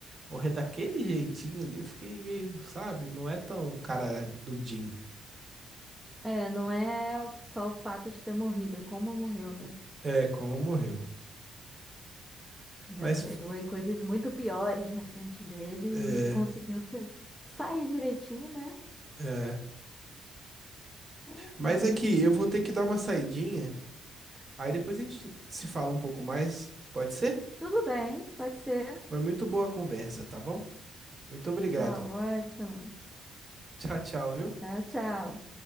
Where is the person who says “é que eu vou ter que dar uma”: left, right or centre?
Right